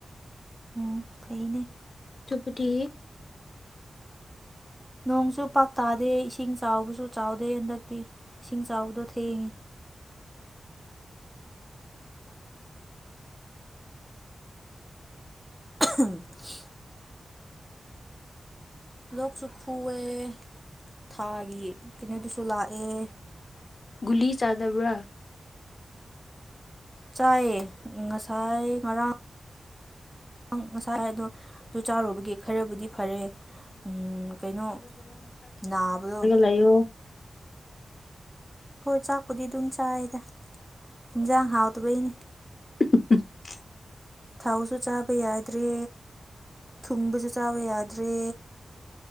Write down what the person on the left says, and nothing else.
ꯆꯨꯄꯇꯤ
ꯒꯨꯂꯤ ꯆꯥꯗꯕ꯭ꯔꯥ
ꯍꯌꯣ
ꯎ